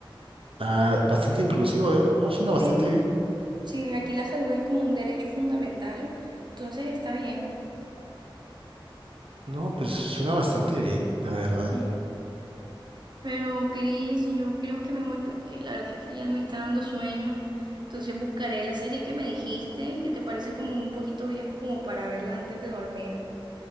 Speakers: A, on the right (about 80°); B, on the right (about 55°).
A: Ah, bastante inclusivo, ¿eh? No, suena
B: Sí,
A: bastante bien.
B: sí, aquí la salud es como un derecho fundamental, entonces está bien.
A: No, pues suena bastante bien, la verdad.
B: Sí. Pero Cris, yo creo que me voy porque la verdad es que ya me está dando sueño. Entonces buscaré la serie que me dijiste, que te parece como un poquito bien como para verla antes de dormir.